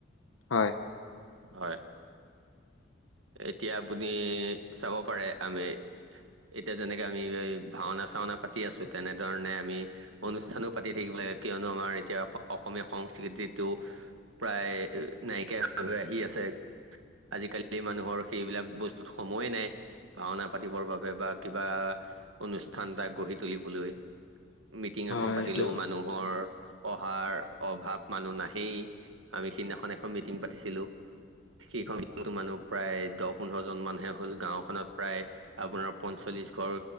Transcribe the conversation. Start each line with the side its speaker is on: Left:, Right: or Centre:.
Left: হয়।
Right: হয়। এতিয়া আপুনি- চাব পাৰে আমি- এতিয়া যেনেকে আমি এই ভাওনা-চাওনা পাতি আছো, তেনেধৰণে আমি- অনুষ্ঠানো পাতি থাকিব লাগে। কিয়নো আমাৰ এতিয়া অসমীয়া সংস্কৃতিটো- প্ৰায় নাইকিয়া হৈ-হৈ আহি আছে। আজিকালিতো মানুহৰ সেইবিলাক বস্তুত সময়ে নাই। ভাওনা পাতিবৰ বাবে বা কিবা অনুষ্ঠান ভাক গঢ়ি তুলিবলৈ। মিটিং
Left: হয়,
Right: এখন পাতিলেও
Left: এইটো
Right: মানুহৰ অহাৰ অভাৱ মানুহ নাই। সেই আমি সিদিনাখন এখন মিটিং পাতিছিলো। সেইখনো মানুহ প্ৰায় দহ-পোন্ধৰ জন মানহে হ'ল। গাঁওখনত প্ৰায়- আপোনাৰ পঞ্চল্লিশ ঘৰ